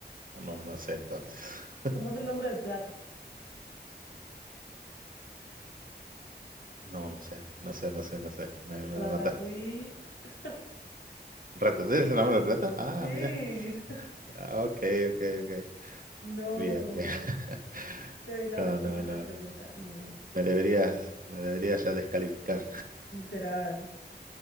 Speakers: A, on the right; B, on the left.
A: No, no sé entonces. <laughs>
B: ¿Cómo es el nombre del plato?
A: No, no sé, no sé, no sé, no sé, me, me
B: Ratatouille.
A: mataste.
B: <laughs>
A: ¿Ratatouille es el nombre de plata? Ah,
B: Sí.
A: mira, Ah, ok, ok, ok.
B: No.
A: Bien, bien. <laughs>
B: Te di la
A: No,
B: respuesta
A: no,
B: en
A: no,
B: la pregunta.
A: no.
B: No.
A: Me deberías, me deberías ya descalificar.
B: Literal.